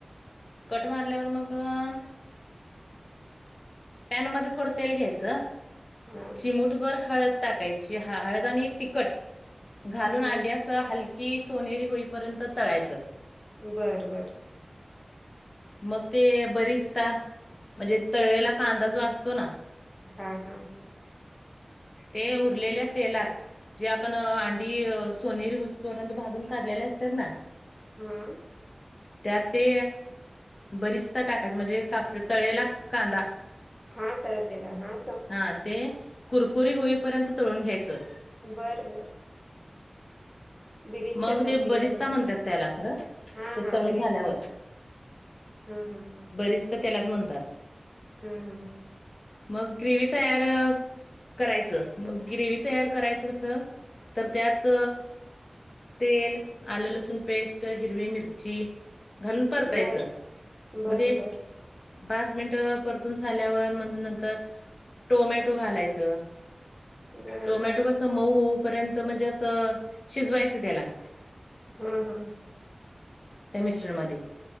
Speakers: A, on the left; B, in the centre.
A: कट मारल्यावर. मग अं पॅन मधे थोडं तेल घ्यायचं.
B: हा
A: चिमूटभर हळद, टाकायची. हा हाळद आणि तिकट. घालून
B: हा
A: आंडी अस हलकी, सोनेरी होईपर्यंत तळायचं.
B: बरं बरं.
A: मग ते बरीचता. म्हणजे तळेला कांदा जो असतो ना.
B: हा हम्म.
A: ते उरलेल्या तेलात. जे आपण अंडी सोनीर हुस पर्यंत. भाजून काढलेले असतात ना.
B: मअ.
A: त्यात ते बरीचदा टाकायच. म्हणजे काप तळेला कांदा.
B: हा तळलेला. हा
A: हा ते कुरकुरी होईपर्यंत तळून घ्यायचं.
B: बरं बरं. बिरिस्त्यासाठी
A: मग ते बरिस्ता
B: बरोबर.
A: म्हणतात त्याला खरं
B: हा
A: ते
B: हा
A: तळून
B: बिरिस्ता.
A: झाल्यावर
B: ह हम्म.
A: बरीस्ता त्यालाच म्हणतात.
B: हम्म हम्म.
A: मग ग्रीवी तयार करायचं. मग ग्रेवी तयार करायचं कसं. तर त्यात तेल, आलं, लसूण पेस्ट. हिरवी मिरची घालून परतायचं.
B: बरं बरं
A: म ते.
B: बरं
A: पाच मिनटं परतून झाल्यावर. म नंतर. टोमॅटो घालायचं.
B: बरं
A: टोमॅटो कस मऊ होऊ पर्यंत. म्हणजे असं शिजवायचं त्याला.
B: हम्म हम्म.
A: त्या मिश्रणमध्ये.